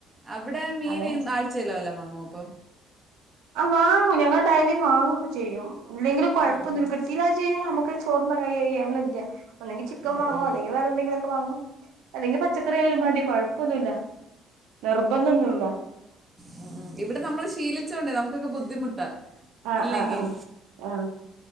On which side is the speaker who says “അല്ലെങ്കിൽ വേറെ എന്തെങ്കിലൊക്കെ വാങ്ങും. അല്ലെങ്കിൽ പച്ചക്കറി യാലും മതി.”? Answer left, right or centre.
Right